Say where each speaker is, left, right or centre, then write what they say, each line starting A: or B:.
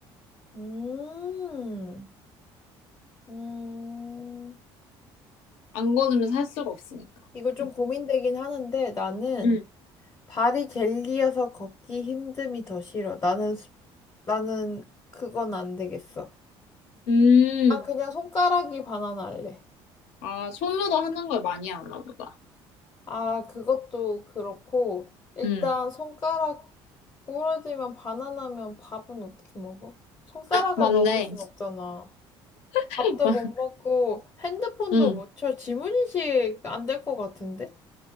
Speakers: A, on the left; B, on the left.
A: 음, 음,
B: 안 걷으면 살 수가 없으니까.
A: 이거 좀
B: 음.
A: 고민되긴 하는데 나는
B: 음.
A: 발이 젤리여서 걷기 힘듦이 더 싫어. 나는, 수- 나는 그건 안 되겠어.
B: 음.
A: 난 그냥 손가락이 바나나 할래.
B: 아, 손으로 하는 걸 많이 하나 보다.
A: 아, 그것도 그렇고, 일단
B: 음.
A: 손가락 부러지면 바나나면 밥은 어떻게 먹어? 손가락을
B: 맞네.
A: 먹을 순 없잖아.
B: <laughs>
A: 밥도 못 먹고, 핸드폰도
B: 음.
A: 못 쳐. 지문인식 안 될 것 같은데?